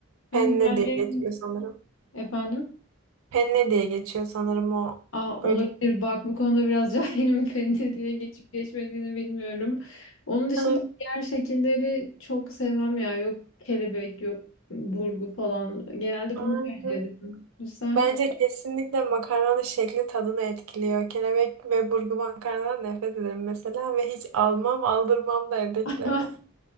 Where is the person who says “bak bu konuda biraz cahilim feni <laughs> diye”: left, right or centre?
Left